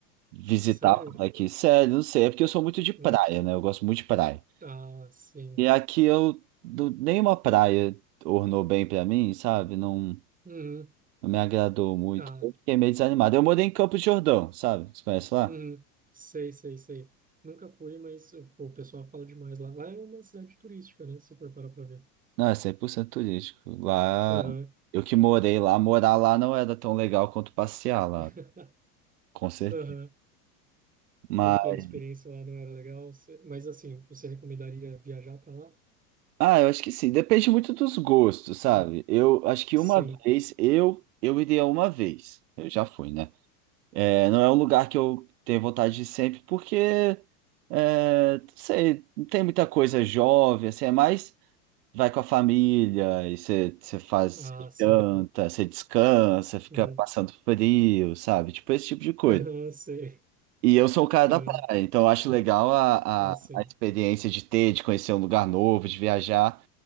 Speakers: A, on the right; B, on the right.
A: Visitar
B: Sério?
A: por aqui. Sério, não sei. É porque eu sou muito de praia,
B: Hum.
A: né? Eu gosto muito de praia.
B: Ah, sim.
A: E aqui eu. não- Nenhuma praia ornou bem pra mim, sabe? Não.
B: Uhum.
A: Não me agradou muito.
B: Ah,
A: Eu fiquei meio desanimado. Eu morei em Campos de Jordão, sabe? Você conhece lá?
B: uhum. Sei, sei, sei. Nunca fui, mas pô, o pessoal fala demais lá. Lá é uma cidade turística, né, se você for parar pra ver.
A: Não, é 100% turístico. Lá,
B: Aham.
A: eu que morei lá, morar lá não era tão legal quanto passear lá,
B: <laughs>
A: com certeza.
B: Aham.
A: Mas,
B: porque a experiência lá não era legal. Cê- Mas assim, você recomendaria viajar para lá?
A: ah, eu acho que sim. Depende muito dos gostos, sabe? Eu acho que
B: Sim.
A: uma vez, eu, eu iria uma vez. Eu já fui, né? É, não é um lugar que eu tenho vontade de ir sempre, porque, é, não sei, não tem muita coisa jovem, assim, é mais. vai com a família, e você você faz
B: Ah,
A: você
B: sim.
A: janta, você descansa, fica
B: Uhum.
A: passando frio, sabe? Tipo esse tipo de coisa.
B: <laughs> Aham, sei.
A: E eu sou o cara
B: Aham.
A: da praia, então eu acho legal a,
B: Ah,
A: a,
B: sim.
A: a experiência de ter, de conhecer um lugar novo, de viajar,